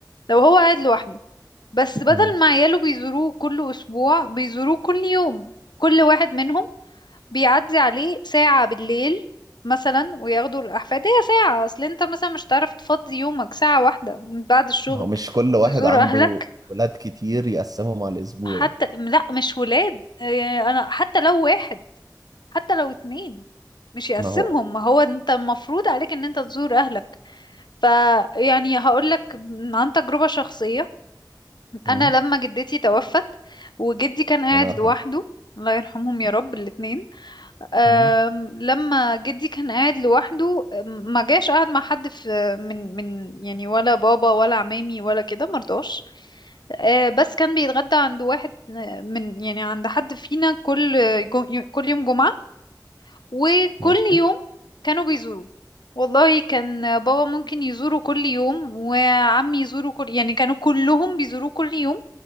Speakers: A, on the left; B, on the right.
A: لو هو قاعد لوحده بس بدل
B: مم.
A: ما عياله بيزوروه كل أسبوع بيزوروه كل يوم كل واحد منهم بيعدي عليه ساعة بالليل مثلا وياخدوا الأحفاد هي ساعة أصل أنت مثلا مش هتعرف تفضي يومك ساعة واحدة من بعد الشغل
B: ما هو مش كل واحد
A: تزور
B: عنده
A: أهلك
B: ولاد كتير يقسمهم على الاسبوع
A: حتى لا مش ولاد يعني أنا حتى لو واحد حتى لو اتنين مش يقسمهم
B: ما هو
A: ما هو أنت المفروض عليك أن أنت تزور أهلك فيعني هقولك عن تجربة شخصية
B: مم.
A: انا لما جدتي توفت وجدي كان قاعد
B: الله يرحمه
A: لوحده الله يرحمهم يا رب الاتنين أم،
B: مم.
A: لما جدي كان قاعد لوحده أم، ما جاش قاعد مع حد في من من يعني ولا بابا ولا عمامي ولا كده مرضاش أه، بس كان بيتغدى عند واحد آه، من يعني عند حد فينا كل جو- كل يوم جمعة وكل
B: ماشي
A: يوم كانوا بيزوروه والله كان بابا ممكن يزوره كل يوم وعمي يزوره كل يعني كانوا كلهم بيزوروه كل يوم